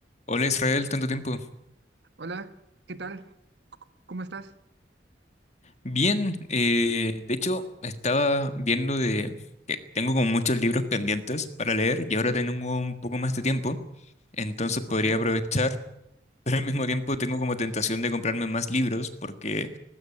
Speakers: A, on the left; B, on the right.
A: Hola Israel, tanto tiempo.
B: Hola, ¿qué tal? ¿Cómo estás?
A: Bien, eh, de hecho estaba viendo de que tengo como muchos libros pendientes para leer y ahora tengo un poco más de tiempo, entonces podría
B: Ok,
A: aprovechar, <laughs> pero al mismo tiempo tengo como tentación de comprarme más libros porque